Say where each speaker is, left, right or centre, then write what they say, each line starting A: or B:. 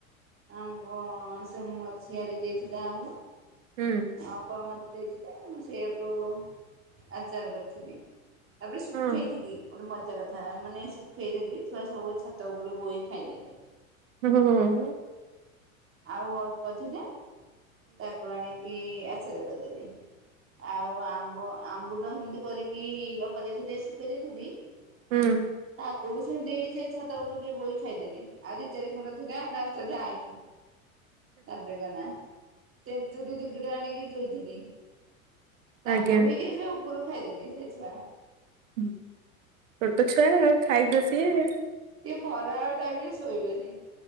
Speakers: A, on the right; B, on the right.
A: ଆମ୍ବ ସେ ମୋ ଝିଆରି ଦେଇଥିଲା ଆମ୍ବ,
B: ହୁଁ
A: ଅପା ମତେ ଦେଇଥିଲେ । ତା ମୁଁ ସେଇଆକୁ ଆଚାର କରିଥିଲି ତାପରେ ଶୁଖେଇ
B: ହଁ
A: ଥିଲି ଗୋଟେ ମ ମଜା କଥା ମାନେ ଶୁଖେଇ ଦେଥିଲି ଛୁଆ ସବୁ ଛାତ ଉପରୁ ବୋଇ ଖାଇଦେଲେ ।
B: ହୁଁ <unintelligible>
A: ଆଉ ଅଳ୍ପ ଅଛି ଯେ ତାକୁ ଆଣିକି ଆଚାର କରିଦେଲି। ଆଉ ଆମ୍ବ ଆମ୍ବୁଲ ସେମିତି କରିକି ଅପା ଦେଇଥିଲେ ଶୁଖେଇ ଦେଇଥିଲି ।
B: ହୁଁ ।
A: ବୋଇଛନ୍ତି ସେ ଛାତ ଉପରୁ କିଏ ବୋଇ ଖାଇଦେଲେ। ଆଉ ଦି ଚାରି ଖଣ୍ଡ ଥିଲା ଲାଷ୍ଟ ଯା ଆଇନି ।
B: <inaudible>
A: ତାପରେ ଗନା ତେନ୍ତୁଦିକଟେ ଆନିକି ଦୋଇଥିଲି । ତାକୁ
B: ଆଜ୍ଞା।
A: ବି କିଏ ସେ ଉପରୁ ଖାଇଦେବେ ସେ ଛୁଆ।
B: ହୁଁ ଛୋଟ ଛୁଆ ଆଉ ଖାଇବେ ସିଏ।
A: ଇଏ ଖରାଅଳ ଟାଇମ୍ ରେ ଶୋଇବେନି।